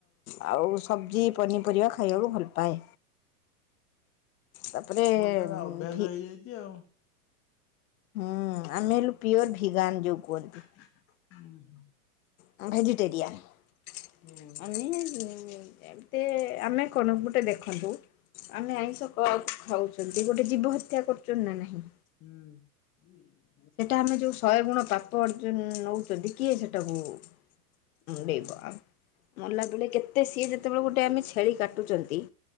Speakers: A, on the left; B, on the left.
A: ଆଉ ସବ୍ଜି ପନିପରିବା ଖାଇବାକୁ ଭଲ ପାଏ। ତାପରେ
B: ମୋର ଏରା ଅଭ୍ୟାସ
A: ଭି
B: ହେଇଯାଇଚି ଆଉ।
A: ହୁଁ ଆମେ ହେଲୁ ପିଓର ଭିଗାନ ଯୋଉ କୁହନ୍ତି।
B: ହୁଁ ହୁଁ।
A: ଆମେ ଭେଜିଟେରୟାନ
B: ହଁ
A: ମାନେ ଟେ ଆମେ କଣ ଗୁଟେ ଦେଖନ୍ତୁ ଆମେ ଆଇଁଷ କ ଖାଉଛନ୍ତି ଗୋଟେ ଜୀବ ହତ୍ୟା କରୁଛନ୍ତି ନା ନାହିଁ?
B: ହୁଁ।
A: ସେଟା ଆମେ ଯୋଉ ଶହେ ଗୁଣ ପାପ ଅର୍ଜ ନଉଛନ୍ତି କିଏ ସେଟା ଭୋଅ ମୁଣ୍ଡେଇବ
B: ହଁ
A: ଆଉ ମଲା ବେଳେ କେତେ ସିଏ ଯେତେବେଳେ ଗୋଟେ ଆମେ ଛେଳି କାଟୁଛନ୍ତି